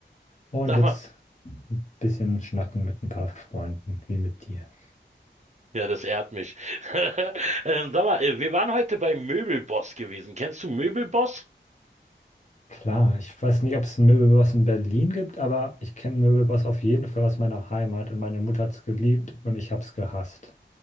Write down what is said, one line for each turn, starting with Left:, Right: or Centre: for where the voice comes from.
Left: Und
Right: Sag
Left: jetzt
Right: mal,
Left: ein bisschen schnacken mit ein paar Freunden, wie mit dir.
Right: ja, das ehrt mich. <laughs> ähm, sag mal, äh, wir waren heute bei Möbelboss gewesen. Kennst du Möbelboss?
Left: Klar, ich weiß nicht, ob es einen Möbelboss in Berlin gibt, aber ich kenne einen Möbelboss auf jeden Fall aus meiner Heimat und meine Mutter hat's geliebt und ich hab's gehasst.